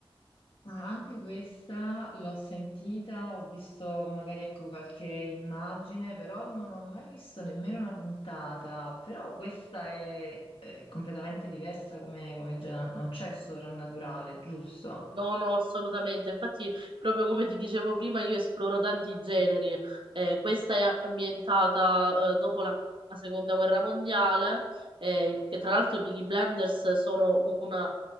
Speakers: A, on the left; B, on the right.
A: Ah, anche questa l'ho sentita, ho visto magari ecco qualche immagine, però non ho mai visto nemmeno una puntata. Però questa è, è completamente diversa come, come genere, non c'è sovrannaturale, giusto?
B: No, no, assolutamente. Infatti, proprio come ti dicevo prima, io esploro tanti generi. Eh, questa è ambientata eh, dopo la la seconda guerra mondiale, eh, che tra l'altro i Peaky Blinders sono una,